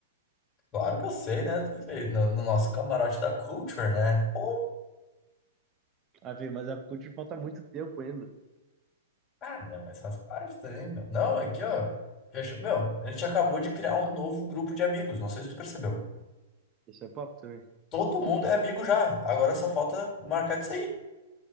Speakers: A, on the left; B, on the right.
A: Claro que eu sei, né, feio? No, no nosso camarote da Culture, né? Pô,
B: Ah, filho, mas a CUT falta muito tempo ainda.
A: ah, não, essas partes também. meu. Não, aqui, ó. Fechou. Meu, a gente acabou de criar um novo grupo de amigos. Não sei se tu percebeu.
B: Isso é papo também.
A: Todo mundo é amigo já. Agora só falta marcar de sair.